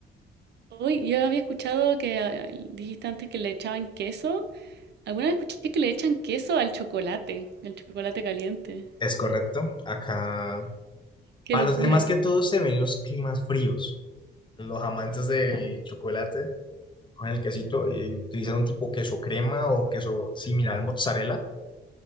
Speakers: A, on the right; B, on the left.
A: hoy yo había escuchado que ah, dijiste antes que le echaban queso. Alguna vez escuché que le echan queso al chocolate, al chocolate caliente.
B: Es correcto. Acá
A: Qué
B: Para
A: locura.
B: los demás que todos se ven los climas fríos, Los amantes del chocolate. con el quesito y utilizan un tipo queso crema o queso similar al mozzarella,